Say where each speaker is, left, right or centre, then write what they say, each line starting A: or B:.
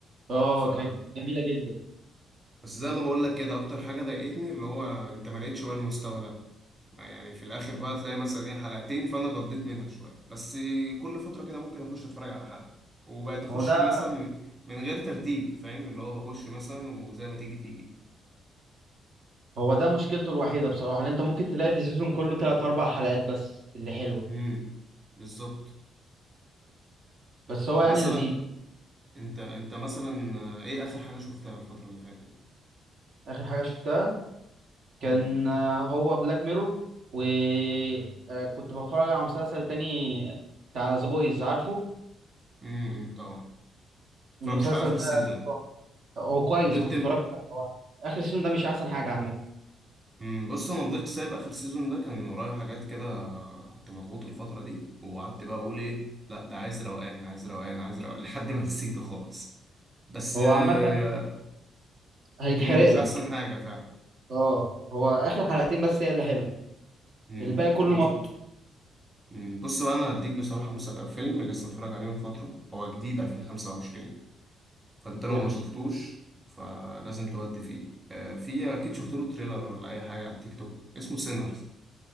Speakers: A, on the right; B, on the right.
A: اه
B: ف
A: كانت جميله جدا
B: بس زي ما بقول لك كده اكتر حاجه ضايقتني اللي هو انت ما لقيتش بقى المستوى ده يعني في الاخر بقى تلاقي مثلا ايه حلقتين فانا قضيت منها شويه بس كل فتره كده ممكن اخش اتفرج على حلقه وبقيت اخش
A: ما هو ده
B: مثلا من, من غير ترتيب فاهم اللي هو بخش مثلا وزي ما تيجي تيجي
A: هو ده مشكلته الوحيده بصراحه اللي انت ممكن تلاقي في سيزون كله ثلاث اربع حلقات بس اللي حلوه
B: امم بالظبط
A: بس هو
B: انت
A: يعني
B: مثلا
A: لذيذ
B: انت انت مثلا آه، ايه اخر حاجه شفتها الفتره اللي فاتت دي
A: اخر حاجه شفتها كان
B: امم
A: آه، هو بلاك ميرور وكنت بتفرج على مسلسل تاني بتاع ذا بويز عارفه
B: امم طبعا متفرجتش
A: المسلسل
B: على اخر
A: ده
B: سيزون
A: هو كويس
B: فضلت
A: ما تتفرجش عليه. هو اخر سيزون ده مش احسن حاجه عامه
B: امم بص انا فضلت سايب اخر سيزون ده كان ورايا حاجات كده كنت مضغوط الفتره دي وقعدت بقى اقول ايه لا ده عايز روقان عايز روقان عايز روقان <laughs> لحد ما نسيته خالص بس
A: هو
B: آه،
A: عامه هيتحرق
B: امم مش
A: لك
B: احسن حاجه فعلا
A: اه هو اخر حلقتين بس هي اللي حلو
B: امم
A: الباقي كله
B: طب
A: مط
B: أنت- أمم، بص بقى انا هديك بصراحه مس- فيلم لسه اتفرج عليه من فتره هو جديد 2025 فانت لو
A: قول
B: ما شفتوش فلازم تودي فيه آه، في اكيد شفت له تريلر ولا اي حاجه على التيك توك اسمه سينرز